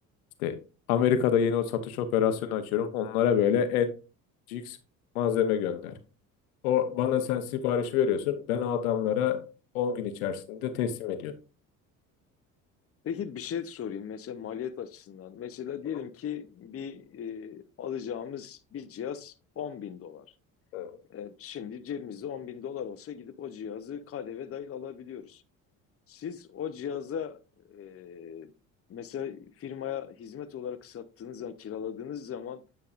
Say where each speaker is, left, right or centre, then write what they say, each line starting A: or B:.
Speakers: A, on the left; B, on the left.
A: İşte Amerika'da yeni o satış operasyonu açıyorum. Onlara böyle en cix malzeme gönder. O bana sen siparişi veriyorsun. Ben o adamlara 10 gün içerisinde teslim ediyorum.
B: Peki bir şey sorayım mesela maliyet açısından. Mesela
A: Hı.
B: diyelim ki bir e, alacağımız bir cihaz 10 bin dolar.
A: hı.
B: E, Şimdi cebimizde 10 bin dolar olsa gidip o cihazı KDV dahil alabiliyoruz. Siz o cihaza e, mesela firmaya hizmet olarak sattığınız zaman, kiraladığınız zaman